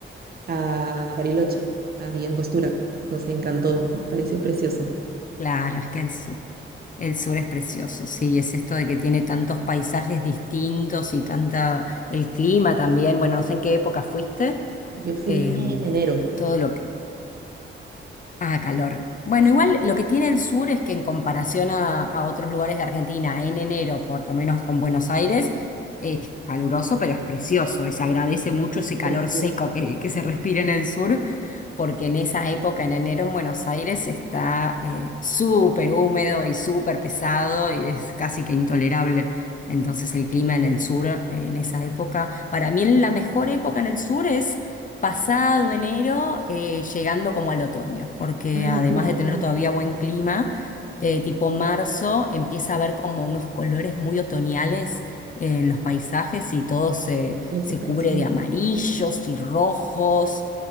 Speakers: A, on the right; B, on the left.
A: a Bariloche, a Villa Angostura. Nos encantó, nos pareció precioso.
B: Claro, es que el sur, el sur es precioso, sí, es esto de que tiene tantos paisajes distintos y tanta, el clima también, bueno, no sé en qué época fuiste.
A: Yo fui
B: em,
A: en enero.
B: todo lo que, Ah, calor. Bueno,
A: Sí,
B: igual lo que tiene el sur es que en comparación a, a otros lugares de Argentina, en enero, por lo menos con Buenos Aires, es caluroso, pero es precioso. Se agradece mucho
A: y
B: ese
A: es
B: calor
A: precioso,
B: seco que, que se respira en el sur, porque en esa época, en enero, en Buenos Aires está eh, súper húmedo y súper pesado y es casi que intolerable. Entonces el clima
A: tal cual.
B: en el sur, eh, en esa época, para mí la mejor época en el sur pasado enero, eh, llegando como al otoño, porque
A: Ay,
B: además
A: qué lindo.
B: de tener todavía buen clima, eh, tipo marzo, empieza a haber como unos colores muy otoñales en los paisajes y todo se,
A: Debe
B: se
A: ser precioso.
B: cubre de amarillos y rojos.